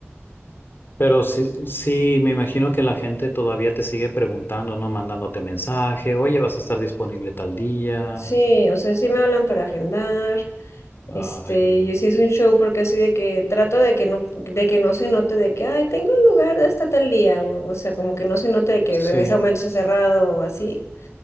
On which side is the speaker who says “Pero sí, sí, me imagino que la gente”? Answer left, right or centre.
Left